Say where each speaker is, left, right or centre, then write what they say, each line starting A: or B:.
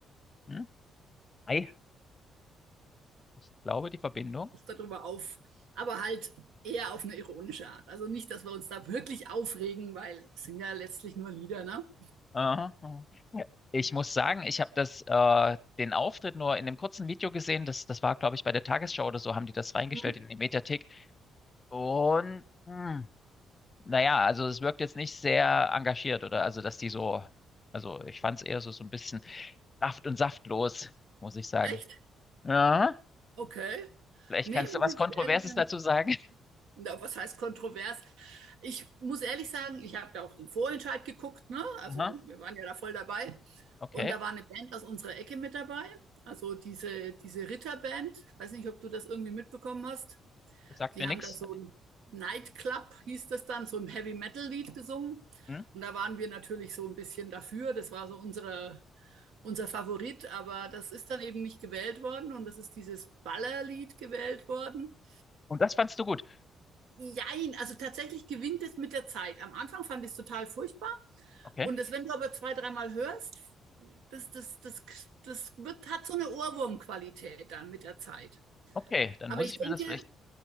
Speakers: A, on the left; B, on the right.
A: Hm? Ei, ich glaube, die Verbindung.
B: uns darüber auf, aber halt eher auf eine ironische Art. Also nicht, dass wir uns da wirklich aufregen, weil es sind ja letztlich nur Lieder, ne?
A: Aha. aha. Ja. Ich muss sagen, ich habe das äh, den Auftritt nur in einem kurzen Video gesehen. Das, das war, glaube ich, bei der Tagesschau oder so, haben die das reingestellt
B: Hm?
A: in die Mediathek. Und hm, naja, also es wirkt jetzt nicht sehr engagiert, oder? Also, dass die so, also ich fand es eher so, so ein bisschen saft- und saftlos, muss ich sagen.
B: Echt?
A: Ja,
B: Okay.
A: vielleicht
B: Nee,
A: kannst
B: muss
A: du was
B: ich
A: Kontroverses
B: ehrlich sagen.
A: dazu sagen.
B: na, was heißt kontrovers? Ich muss ehrlich sagen, ich habe da auch den Vorentscheid geguckt, ne? Also
A: <laughs> Aha,
B: wir waren ja da voll dabei.
A: okay,
B: Und da war eine Band aus unserer Ecke mit dabei. Also diese, diese Ritterband, ich weiß nicht, ob du das irgendwie mitbekommen hast.
A: das sagt
B: Die
A: mir
B: haben
A: nichts.
B: da so ein Nightclub, hieß das dann, so ein Heavy Metal-Lied gesungen.
A: Hm?
B: Und da waren wir natürlich so ein bisschen dafür. Das war so unsere, unser Favorit, aber das ist dann eben nicht gewählt worden und das ist dieses Ballerlied gewählt worden.
A: Und das fandst du gut.
B: Jein, also tatsächlich gewinnt es mit der Zeit. Am Anfang fand ich es total furchtbar.
A: Okay,
B: Und das, wenn du aber zwei, dreimal hörst, das, das, das, das wird, hat so eine Ohrwurmqualität dann mit der Zeit.
A: okay, dann
B: Aber
A: muss
B: ich
A: ich
B: denke,
A: mir das vielleicht,